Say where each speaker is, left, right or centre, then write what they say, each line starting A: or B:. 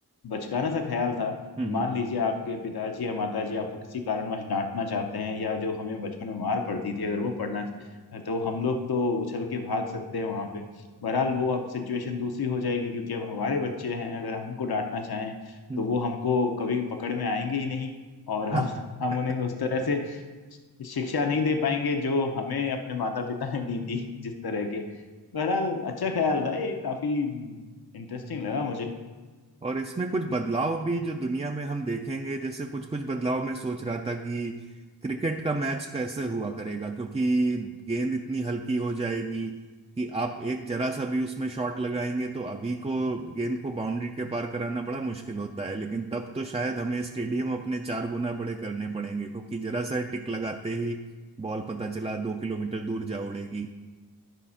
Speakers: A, on the left (about 70°); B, on the right (about 15°).
A: बचकाना सा ख्याल था
B: हम्म,
A: कि
B: हम्म।
A: मान लीजिए आपके पिताजी या माताजी आपको किसी कारणवश डांटना चाहते हैं या जो हमें बचपन में मार पड़ती थी अगर वो पड़ना तो हम लोग तो उछल के भाग सकते हैं वहां पे बहरहाल वो अब सिचुएशन दूसरी हो जाएगी क्योंकि अब हमारे बच्चे हैं अगर हम उनको डांटना चाहें
B: हम्म,
A: तो वो हमको कभी पकड़ में आएंगे ही नहीं और हम
B: हाँ हाँ
A: हम उन्हें उस तरह से शिक्षा नहीं दे पाएंगे जो हमें अपने माता पिता ने दी थी जिस तरह के बहरहाल अच्छा ख्याल था ये काफी इंटरेस्टिंग
B: हम्म।
A: लगा मुझे
B: और इसमें कुछ बदलाव भी जो दुनिया में हम देखेंगे जैसे कुछ कुछ बदलाव मैं सोच रहा था कि क्रिकेट का मैच कैसे हुआ करेगा क्योंकि गेंद इतनी हल्की हो जाएगी कि आप एक जरा सा भी उसमें शॉट लगाएंगे तो अभी को गेंद को बाउंड्री के पार कराना बड़ा मुश्किल होता है लेकिन तब तो शायद हमें स्टेडियम अपने चार गुना बड़े करने पड़ेंगे क्योंकि जरा सा टिक लगाते ही बॉल पता चला दो किलोमीटर दूर जा उड़ेगी